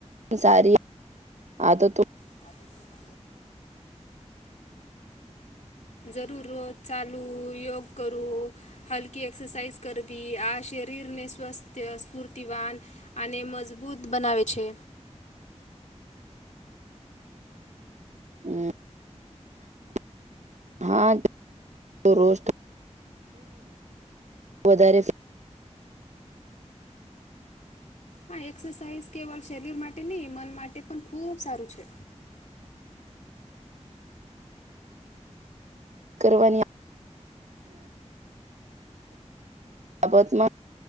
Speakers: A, on the right; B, on the left.
A: સારી આદતો
B: આદત જરૂર રોજ ચાલુ યોગ કરું હલકી એક્સરસાઇઝ કરવી આ શરીરને સ્વસ્થ સ્ફૂર્તિવાન અને મજબૂત બનાવે છે
A: હમ <inaudible> <unintelligible> હા રો <inaudible> <unintelligible> વધારે
B: આા એક્સરસાઇઝ કેવલ શરીર માટે નહીં મન માટે પણ ખૂબ સારું છે
A: કરવાની બાબતમાં